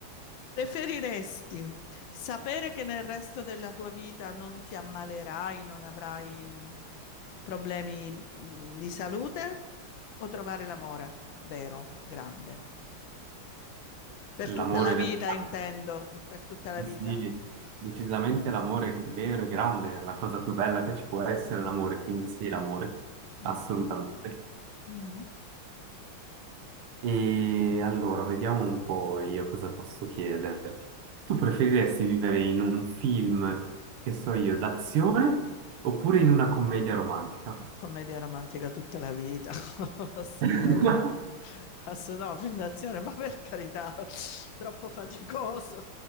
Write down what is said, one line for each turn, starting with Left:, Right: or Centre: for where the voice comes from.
Left: Preferiresti sapere che nel resto della tua vita non ti ammalerai, non avrai problemi di, di salute o trovare l'amore vero, grande. Per
Right: L'amore
Left: tutta la vita,
Right: vero.
Left: intendo, per tutta la
Right: Sì,
Left: vita.
Right: sì, decisamente l'amore vero e grande è la cosa più bella che ci può essere, l'amore,
Left: Mm.
Right: quindi sì, l'amore,
Left: Mm.
Right: assolutamente.
Left: Mm-hmm.
Right: E allora, vediamo un po' io cosa posso chiederti. Tu preferiresti vivere in un film, che so io, d'azione oppure in una commedia romantica?
Left: Commedia romantica tutta la vita, <laughs> assolutamente.
Right: <laughs>
Left: Ass- no, film d'azione, ma per carità, <laughs> troppo faticoso,